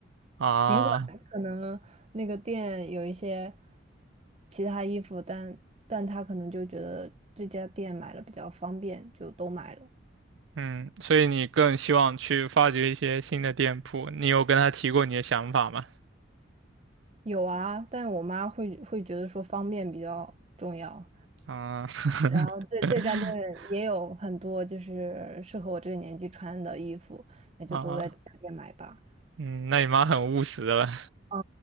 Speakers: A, on the right (about 70°); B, on the right (about 30°).
A: 啊，
B: 尽管可能那个店有一些其他衣服，但但她可能就觉得这家店买了比较方便，就都买了。
A: 嗯，所以你更希望去发掘一些新的店铺，你有跟她提过你的想法吗？
B: 有啊，但是我妈会会觉得说方便比较重要。
A: 啊，
B: 然后这这家店也有很多就是适合我这个年纪穿的衣服，
A: <laughs>
B: 那就都在这家店买吧。
A: 啊，嗯，那你妈很务实了，
B: 嗯，